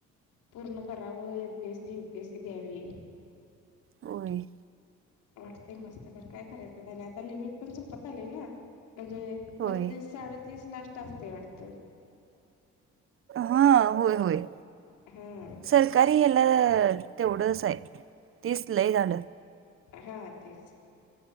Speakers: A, on the left; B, on the right.
A: पूर्ण करावं एनपीएससी यपीएससी द्यावी.
B: होय.
A: वाटतेय मस्त तर काय करायचं. आणि आता लिमिट पण संपत आले ना. म्हणजे
B: होय
A: पस्तीस साडेतीस लास्ट असते वाटत.
B: हा होय होय.
A: हा
B: सरकारी याला तेवढंच आहे तीच लय झालं.
A: हा तेच